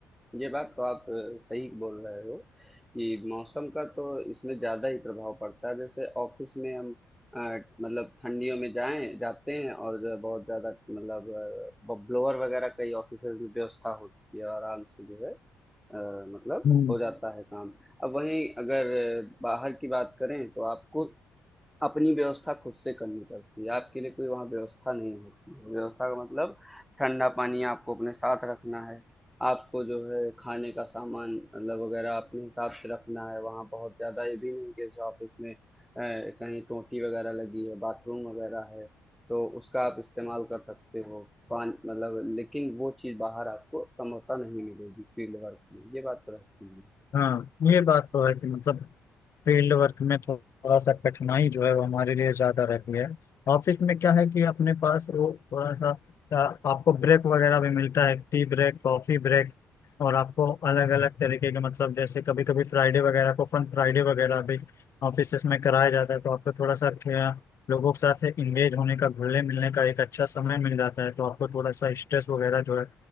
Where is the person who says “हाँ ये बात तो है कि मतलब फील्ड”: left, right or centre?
Left